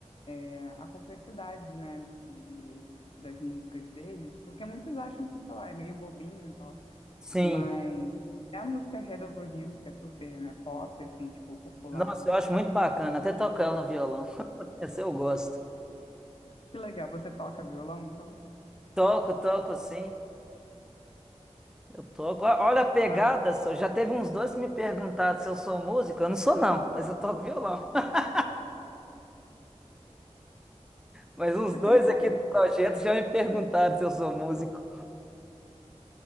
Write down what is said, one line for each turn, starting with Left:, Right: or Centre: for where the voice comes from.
Left: é, a complexidade, né, de, das músicas deles, porque muitos acham que, sei lá, é meio bobinho e tal,
Centre: sim.
Left: mas. É a música Head Over Heels, que é super, né, pop, assim, tipo, popular.
Centre: Nossa, eu acho muito bacana. Até toco ela no violão. <laughs> Essa eu gosto.
Left: Que legal, você toca violão, então?
Centre: Toco, toco, sim. Eu toco. Ó- Olha a pegada
Left: Ah,
Centre: só. Já teve uns dois que me perguntaram se eu sou músico. Eu não sou, não, mas eu toco violão. <laughs> Mas uns
Left: você
Centre: dois
Left: tem cara
Centre: aqui
Left: de.
Centre: do projeto já me perguntaram se eu sou músico.